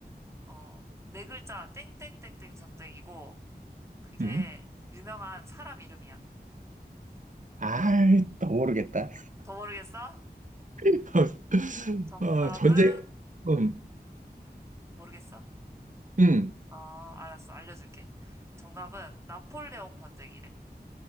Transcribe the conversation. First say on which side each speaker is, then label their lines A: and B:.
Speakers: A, on the right; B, on the right.
A: 어, 네 글자, 땡땡땡땡 전쟁이고, 그게
B: 응.
A: 유명한 사람 이름이야.
B: 아이, 또 모르겠다.
A: 더 모르겠어?
B: <laughs>
A: 정답은,
B: 어, 전쟁, 음,
A: 모르겠어?
B: 음,
A: 어, 알았어. 알려줄게. 정답은 나폴레옹 전쟁이래.